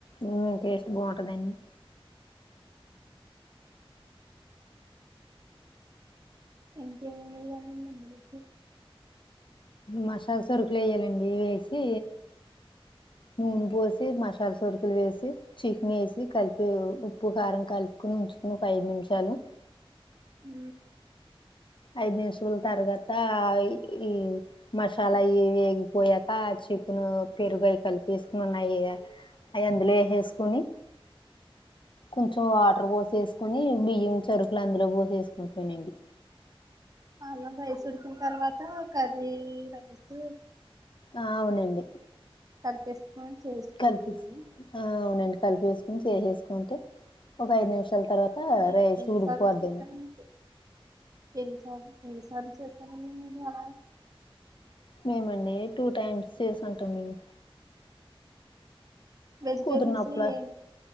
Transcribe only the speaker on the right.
ఇంకా ఏమేమ్ వేయాలి ఇల్లా <inaudible>
హ
ఆ అన్నం రైసు ఉడికిన తర్వాత కర్రీ రైస్
కలిపేసుకొని చేసుకోవడమే
అండి
మీరు
ఎన్నిసార్లు
చేశారండి
ఎన్నిసార్లు చేశారు మీరు అలా
వెజిటేబుల్స్ని
ఏం